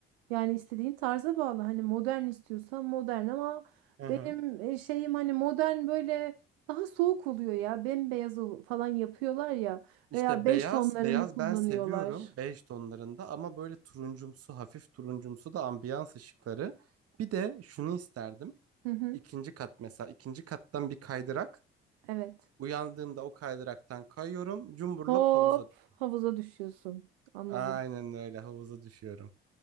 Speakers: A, on the right; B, on the right.
A: Yani istediğin tarza bağlı. Hani modern istiyorsan modern ama
B: Hı hı.
A: benim e, şeyim hani modern böyle daha soğuk oluyor ya. Bembeyaz ol- falan yapıyorlar ya
B: İşte
A: veya beş
B: beyaz,
A: tonlarını
B: beyaz
A: kullanıyorlar.
B: ben seviyorum bej tonlarında ama böyle turuncumsu, hafif turuncumsu da ambiyans ışıkları. Bir de şunu isterdim.
A: Hı hı,
B: İkinci kat mesela, ikinci kattan bir kaydırak.
A: evet.
B: Uyandığımda o kaydıraktan kayıyorum, cumburlop
A: Hop
B: havuza. düş-
A: havuza düşüyorsun. Anladım.
B: Aynen öyle havuza düşüyorum.